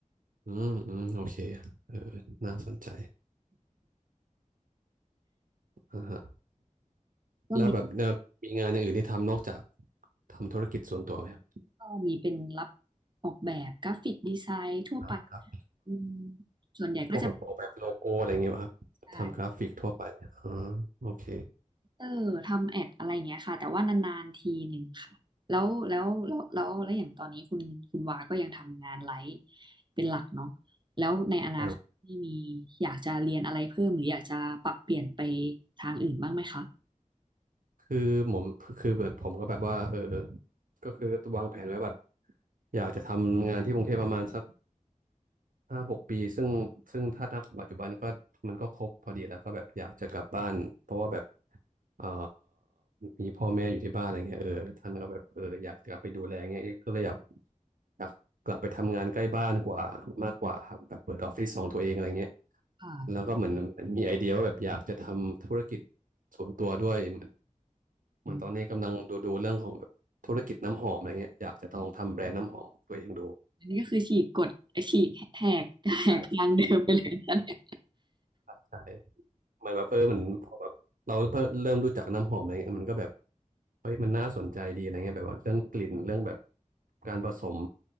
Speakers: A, on the right (about 90°); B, on the right (about 35°).
A: อืมอืมโอเคเออน่าสนใจอ่าฮะ
B: ก็มี
A: แล้วแบบเออมีงานอย่างอื่นที่ทำนอกจากทำธุรกิจส่วนตัวไหมครับ
B: ก็มีเป็นรับออกแบบกราฟิกดีไซน์ทั่วไป
A: อ่าครับ
B: อืมส่วนใหญ่ก็จะ
A: พวกออกแบบโลโก้อะไรอย่างเงี้ยป่ะครับทำกราฟิกทั่วไปอ่า
B: ใช่
A: โอเค
B: เออทำแอดอะไรอย่างเงี้ยค่ะแต่ว่านานๆทีหนึ่งค่ะแล้วแล้วแล้วแล้วแล้วอย่างตอนนี้คุณคุณวาก็ยังทำงานไลฟ์เป็นหลักเนาะแล้วในอนาคตนี่มี
A: ใช่
B: อยากจะเรียนอะไรเพิ่มหรืออยากจะปรับเปลี่ยนไปทางอื่นบ้างไหมคะ
A: คือผมคือแบบผมก็แบบว่าเออก็คือวางแผนไว้แบบอยากจะทำงานที่กรุงเทพประมาณสัก ห้าหกปีซึ่งซึ่งถ้านับปัจจุบันก็มันก็ครบพอดีแล้วก็แบบอยากจะกลับบ้านเพราะว่าแบบเอ่อมีพ่อแม่อยู่ที่บ้านอะไรเงี้ยเออท่านก็แบบเอออยากจะกลับไปดูแลเงี้ยเอ๊ะก็เลยอยากอยากกลับไปทำงานใกล้บ้านกว่ามากกว่าครับแบบเปิดออฟฟิศของตัวเองอะไรเงี้ย
B: อ่า
A: แล้วก็เหมือนมันมีไอเดียว่าแบบอยากจะทำธุรกิจส่วนตัวด้วยเหมือนเหมือนตอนนี้กำลังดูดูเรื่องของแบบธุรกิจน้ำหอมอะไรเงี้ยอยากจะลองทำแบรนด์น้ำหอมของตัวเองดู
B: อมอันนี้ก็คือฉีกกฎฉีกแหกแหกทางเดิมไปเลยนะเนี่ย
A: ใช่ใช่ใช่ เหมือนแบบเออเหมือนพอแบบเราเพิ่มเริ่มรู้จักน้ำหอมอะไรเงี้ยมันก็แบบเฮ้ยมันน่าสนใจดีอะไรเงี้ยแบบว่าเรื่องกลิ่นเรื่องแบบการผสม